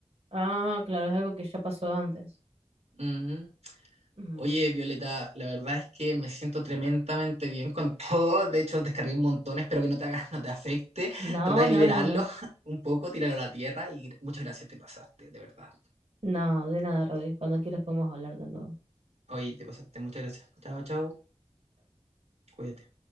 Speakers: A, on the right; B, on the right.
A: Ah, claro, es algo que ya pasó antes.
B: Ujú.
A: Mm.
B: Oye, Violeta, la verdad es que me siento tremendamente bien con todo. De hecho, descargué un montón, espero que no te hagas, <laughs> no te afecte.
A: No,
B: Trata de liberarlo
A: no, no, no.
B: <laughs> un poco, tíralo a la tierra y muchas gracias, te pasaste, de verdad.
A: No, de nada, Rodríguez. Cuando quieras podemos hablar de nuevo.
B: Oye, te pasaste, muchas gracias. Chao, chao, cuídate.